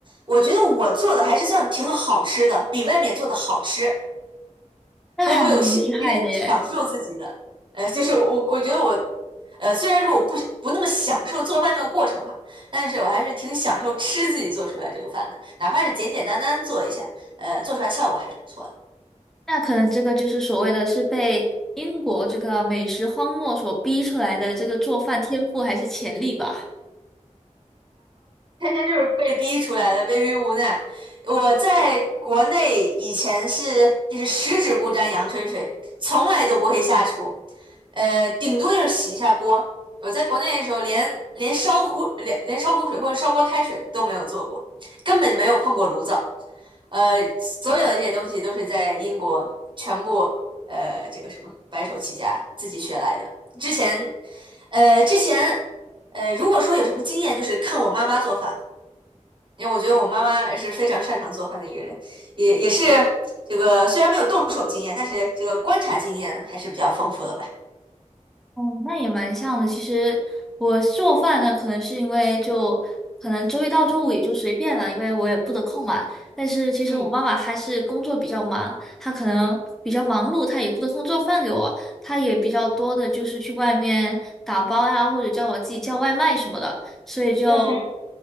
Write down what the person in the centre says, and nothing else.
那还蛮厉害的耶。
那可能这个就是所谓的是被英国这个美食荒漠所逼出来的这个做饭天赋还是潜力吧。
嗯，那也蛮像的。其实我做饭呢，可能是因为就可能周一到周五也就随便了，因为我也不得空嘛。但是其实我妈妈还是工作比较忙，
她可能比较忙碌，她也不得空做饭给我，她也比较多的就是去外面打包呀，或者叫我自己叫外卖什么的，所以就。